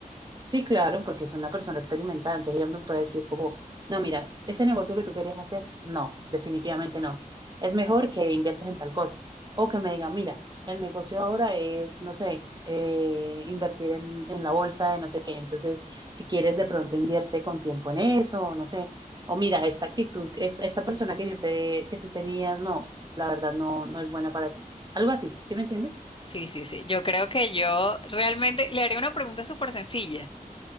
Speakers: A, on the right; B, on the left.
A: Sí, claro, porque es una persona experimentada, entonces ella me puede decir como, no, mira, ese negocio que tú querías hacer, no, definitivamente no. Es mejor que inviertas en tal cosa. O que me diga, mira, el negocio ahora es, no sé, eh, invertir en, en la bolsa de no sé qué. Entonces, si quieres, de pronto invierte con tiempo en eso, o no sé. O mira, esta actitud, esta, esta persona que yo te, que tú tenías, no, la verdad no, no es buena para ti. Algo así, ¿sí me entiendes?
B: Sí, sí, sí. Yo creo que yo realmente le haría una pregunta súper sencilla.